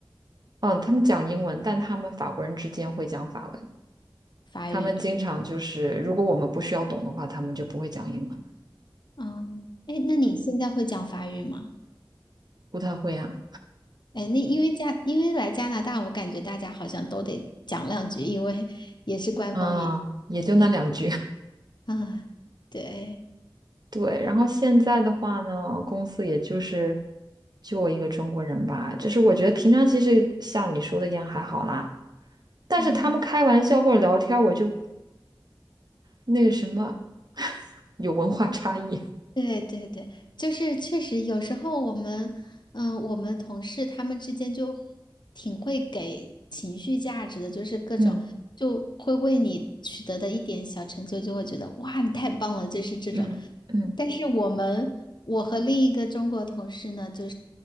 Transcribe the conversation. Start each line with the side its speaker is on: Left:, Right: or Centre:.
Right: 嗯，他们讲英文，但他们法国人之间会讲法文。
Left: 法语对，
Right: 他们经常就是，如果我们不需要懂的话，他们就不会讲英文，
Left: 嗯，哎，那你现在会讲法语吗？
Right: 不太会啊。
Left: 哎，那因为加，因为来加拿大，我感觉大家好像都得讲两句，因为 <laughs> 也是官方语，
Right: 啊，也就那两句。
Left: 对
Right: <laughs>
Left: 吧啊，对，
Right: 对，然后现在的话呢，公司也就是就我一个中国人吧，就是我觉得平常其实像你说的一样还好啦。但是他们开玩笑或者聊天儿我就
Left: 嗯，
Right: 那个什么，<laughs> 有文化差异。
Left: 对对对，就是确实有时候我们，嗯，我们同事他们之间就挺会给情绪价值的，就是各种就会为你取得的一点小成就，
Right: 嗯
Left: 就会觉得哇，你太棒了，就是这种。
Right: 嗯嗯，
Left: 但是我们，我和另一个中国同事呢，就是